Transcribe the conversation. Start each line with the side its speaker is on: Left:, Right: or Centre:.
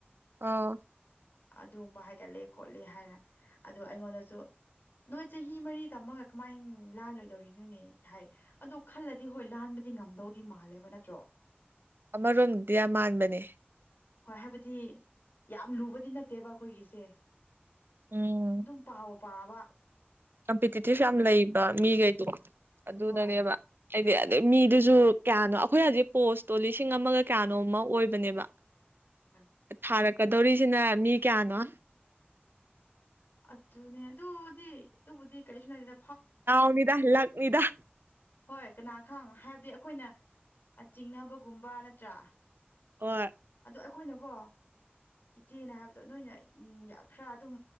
Right: ꯑꯣ
Left: ꯑꯗꯨꯒꯨꯝꯕ ꯍꯥꯏꯒꯠꯂꯦ ꯈꯣꯠꯂꯦ ꯍꯥꯏꯅ ꯑꯗꯨ ꯑꯩꯉꯣꯟꯗꯁꯨ ꯅꯣꯏ ꯆꯍꯤ ꯃꯔꯤ ꯇꯝꯃꯒ ꯀꯃꯥꯏꯅ ꯂꯥꯜꯂꯣꯏꯗꯧꯔꯤꯅꯣꯅꯦ ꯍꯥꯏ ꯑꯗꯣ ꯈꯜꯂꯗꯤ ꯍꯣꯏ ꯂꯥꯟꯕ ꯗꯤ ꯉꯝꯗꯧꯗꯤ ꯃꯥꯜꯂꯦꯕ ꯅꯠꯇ꯭ꯔꯣ
Right: ꯑꯃꯔꯣꯝꯗꯗꯤ ꯌꯥꯝ ꯃꯥꯟꯕꯅꯦ
Left: ꯍꯣꯏ ꯍꯥꯏꯕꯗꯤ ꯌꯥꯝ ꯂꯨꯕꯗꯤ ꯅꯠꯇꯦꯕ ꯑꯈꯣꯏꯒꯤꯁꯦ
Right: ꯎꯝ
Left: ꯑꯗꯨꯝ ꯄꯥꯕꯨ ꯄꯥꯔꯕ
Right: ꯀꯝꯄꯤꯇꯤꯇꯤꯞ ꯌꯥꯝ ꯂꯩꯕ ꯃꯤꯒꯩꯗꯣ ꯑꯗꯨꯅꯅꯦꯕ
Left: ꯍꯣꯏ
Right: ꯍꯥꯏꯗꯤ ꯑꯗꯩ ꯃꯤꯗꯨꯁꯨ ꯀꯌꯥꯅꯣ ꯑꯈꯣꯏ ꯍꯧꯖꯤꯛ ꯄꯣꯁꯇꯣ ꯂꯤꯁꯤꯡ ꯑꯃꯒ ꯀꯌꯥꯅꯣ ꯑꯃ ꯑꯣꯏꯕꯅꯦꯕ
Left: ꯑ
Right: ꯊꯥꯔꯛꯀꯗꯧꯔꯤꯁꯤꯅ ꯃꯤ ꯀꯌꯥꯅꯣ
Left: ꯑꯗꯨꯠꯇꯅꯦ ꯑꯗꯨꯗꯤ ꯑꯗꯨꯕꯨꯗꯤ ꯀꯩꯁꯅꯗ
Right: ꯎꯃꯤꯗꯥꯂꯛ ꯃꯤꯗꯥ
Left: ꯍꯣꯏ ꯀꯅꯥ ꯈꯪ ꯍꯥꯏꯕꯗꯤ ꯑꯩꯈꯣꯏꯅ ꯆꯤꯡꯅꯕꯒꯨꯝꯕ ꯅꯠꯇ꯭ꯔꯥ
Right: ꯑꯣ
Left: ꯑ ꯑꯩꯈꯣꯏꯅꯀꯣ ꯏꯆꯦꯅ ꯍꯥꯏꯕꯗꯣ ꯅꯣꯏꯅ ꯈꯔ ꯑꯗꯨꯝ